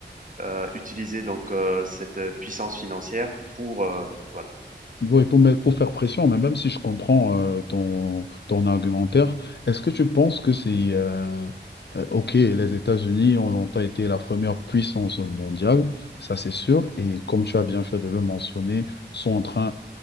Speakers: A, on the right; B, on the left.
A: euh, utiliser donc euh, cette euh, puissance financière pour euh, voilà
B: Oui, pour, me- pour faire pression, mais même si je comprends euh, ton, ton argumentaire, est-ce que tu penses que c'est... euh, euh, ok, les États-Unis ont longtemps été la première puissance mondiale, ça c'est sûr, et comme tu as bien fait de le mentionner, sont en train